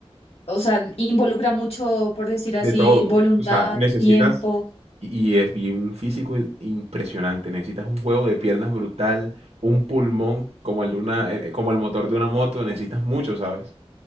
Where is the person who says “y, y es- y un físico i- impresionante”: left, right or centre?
Right